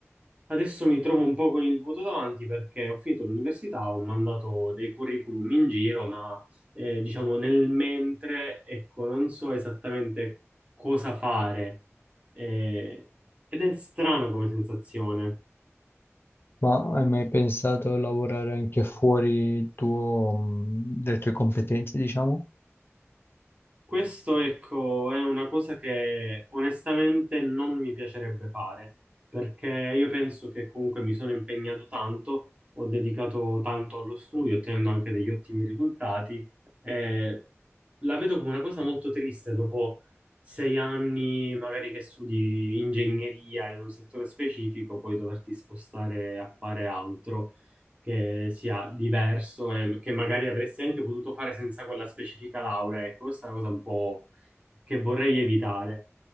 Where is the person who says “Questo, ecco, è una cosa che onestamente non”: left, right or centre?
Right